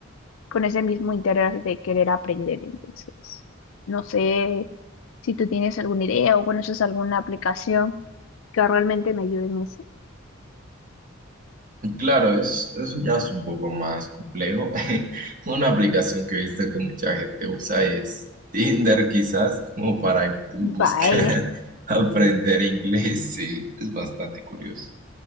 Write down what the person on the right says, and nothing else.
Claro, es, eso ya es un poco más complejo. <laughs> Una aplicación que he visto que mucha gente usa es Tinder, quizás, como para buscar
<laughs> aprender inglés. Sí, es bastante curioso.